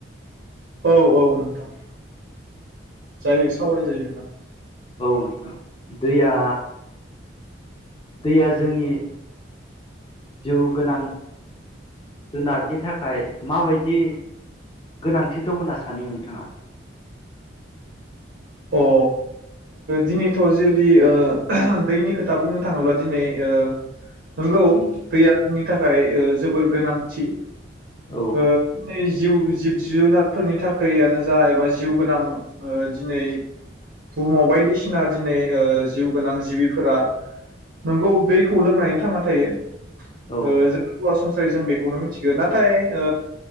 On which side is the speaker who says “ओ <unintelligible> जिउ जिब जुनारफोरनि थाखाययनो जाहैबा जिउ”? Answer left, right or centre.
Right